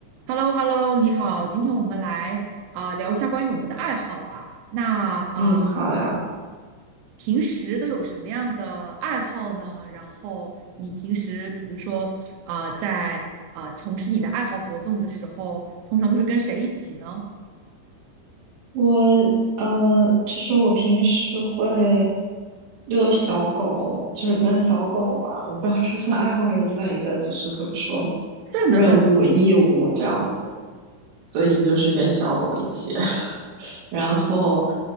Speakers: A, on the right; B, on the right.
A: h e l l o h e l l o 你好，今天我们来啊、聊一下关于我们的爱好吧。那啊、
B: 嗯，好呀。
A: 平时都有什么样的爱好呢？然后你平时比如说啊、在啊、从事你的爱好活动的时候，通常都是跟谁一起呢？
B: 我呃，就是我平时会遛小狗，就是跟小狗玩。我不知道这算爱好还是算一个，就是怎么说，
A: 算的算的，
B: 任务义务这样子。所以就是跟小狗一起。<laughs> 然后